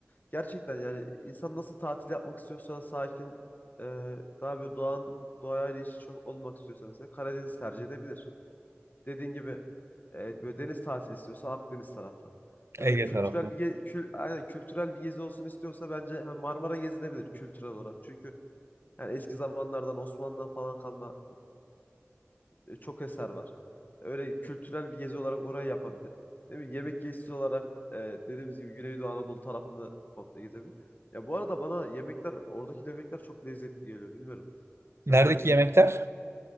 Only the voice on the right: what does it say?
Ege
tarafı.
Neredeki
yemekler?